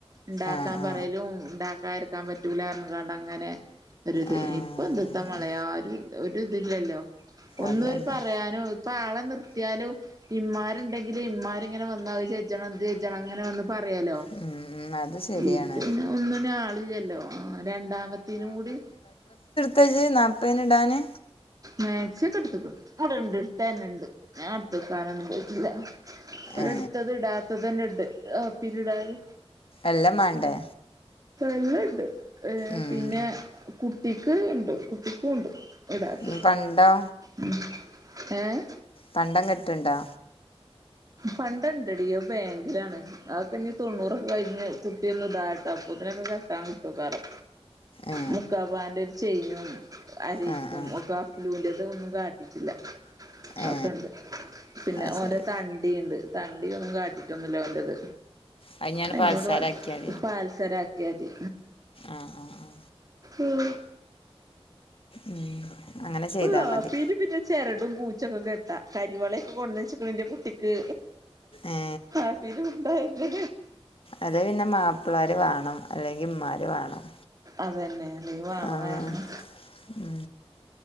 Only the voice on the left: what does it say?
ആ ആ
ആ ആ
അതന്നെ
ഉം ഉം അത് ശരിയാണ്
തജ് നാപ്പതിന് ഇടാന്
ഏ
എല്ലാം വേണ്ടേ
ഉം
ഇനി പണ്ടോ
പണ്ടം കെട്ടണ്ടാ
ഏ
ആ ആ
ഏ
അത്
ശരി
അത് ഞാൻ
പഴസാരാക്കിയാൽ
ആഹ് ആഹ് ആഹ്
ഉം അങ്ങനെ ചെയ്താ
മതി
ഏ
അതെ പിന്നെ മാപ്പിളേര് വേണം അല്ലെങ്കി ഉമ്മാര് വേണം
ആഹ്